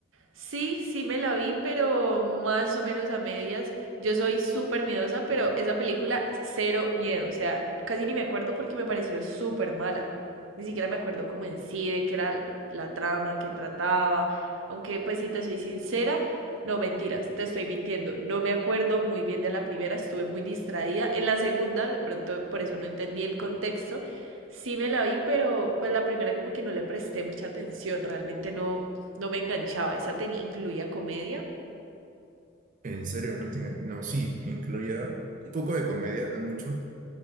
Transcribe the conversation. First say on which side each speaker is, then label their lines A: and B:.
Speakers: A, on the right; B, on the right.
A: Sí, sí me la vi, pero más o menos a medias. Yo soy súper miedosa, pero esa película cero miedo. O sea, casi ni me acuerdo porque me pareció súper mala. Ni siquiera me acuerdo cómo en sí, de qué era la trama, qué trataba. Aunque, pues, si te soy sincera, no mentiras, te estoy mintiendo. No me acuerdo muy bien de la primera, estuve muy distraída. En la segunda, de pronto, por eso no entendí el contexto. Sí me la vi, pero pues la primera como que no le presté mucha atención, realmente no, no me enganchaba. Esa tenía, incluía comedia.
B: En serio, no tenía- No, sí, incluía un poco de comedia, no mucho,